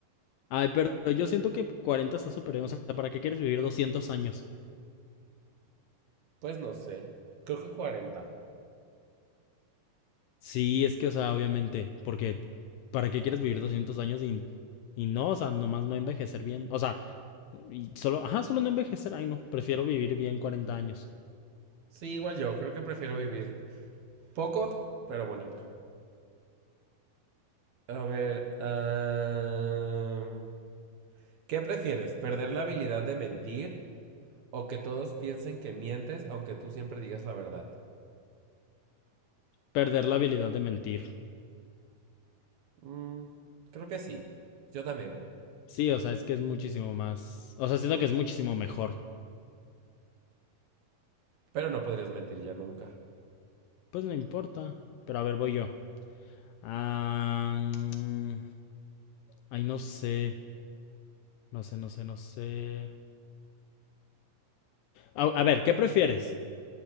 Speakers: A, on the left; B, on the right.
A: Ay, pero yo siento que cuarenta está súper bien. O sea, ¿para qué quieres vivir 200 años?
B: Pues no sé, creo que 40.
A: Sí, es que, o sea, obviamente, porque ¿para qué quieres vivir 200 años y, y no, o sea, nomás no envejecer bien? O sea, y solo, ajá, solo no envejecer, ay no, prefiero vivir bien 40 años,
B: Sí, igual yo, creo que prefiero vivir poco, pero bonito. A ver, am, ¿qué prefieres? ¿Perder la habilidad de mentir o que todos piensen que mientes aunque tú siempre digas la verdad?
A: perder la habilidad de mentir.
B: Mm, creo que sí, yo también,
A: Sí, o sea, es que es muchísimo más, o sea, siento que es muchísimo mejor.
B: pero no podrías mentir ya nunca.
A: Pues no importa, pero a ver, voy yo. Ah, mm, ay, no sé, no sé, no sé, no sé. A, a ver, ¿qué prefieres?